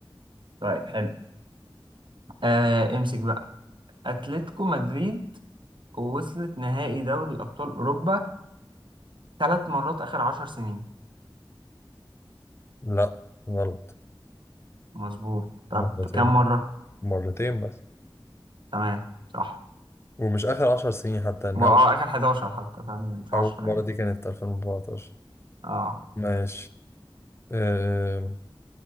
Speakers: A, on the right; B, on the left.
A: طيب حلو أه امسك بقى اتلتيكو مدريد وصلت نهائي دوري ابطال اوروبا ثلاث مرات اخر عشر سنين
B: لا غلط
A: مظبوط طب
B: مرتين
A: كم مره
B: مرتين بس
A: تمام صح
B: ومش آخر عشر سنين حتى إن
A: اه
B: أول
A: اخر 11 حتى فاهم يعني مش
B: أول
A: 10
B: مرة
A: يعني
B: دي كانت 2014
A: اه
B: ماشي أه